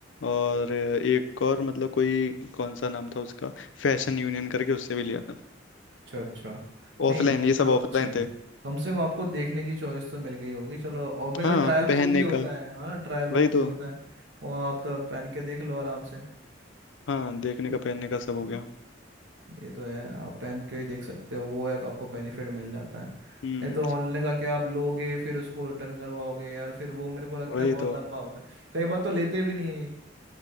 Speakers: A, on the left; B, on the right.
A: और एक और मतलब कोई कौन सा नाम था उसका फैशन यूनियन करके उससे भी लिया था
B: अच्छा अच्छा नहीं
A: ऑफलाइन
B: इनके
A: ये सब
B: तो अच्छे
A: ऑफलाइन
B: हैं
A: थे
B: कम से कम आपको देखने की चॉइस तो मिल गई होगी चलो और मेरा
A: हाँ
B: ट्रायल रूम
A: पहनने
B: भी होता
A: का
B: है हाँ ना ट्रायल रूम
A: वही तो
B: भी होता है वहाँ आप तो पहन के देख लो आराम से
A: हाँ देखने का पहनने का सब हो
B: हम्म।
A: गया
B: ये तो है आप पहन के ही देख सकते हो वो एक आपको बेनिफिट मिल जाता है
A: हम्म
B: नहीं तो ऑनलाइन का क्या आप लोगे फिर उसको रिटर्न करवाओगे यार फिर वो मेरे को लगता
A: वही
B: है बहुत
A: तो
B: लंबा होता है कई बार तो लेते भी नहीं है ये